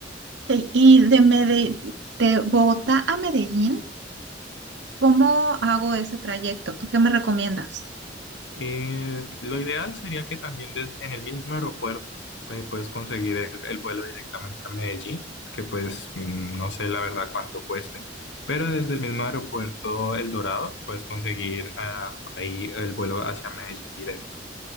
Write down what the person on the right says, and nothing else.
Y y de Mede- de Bogotá a Medellín. ¿Cómo hago ese trayecto? ¿Tú qué me recomiendas?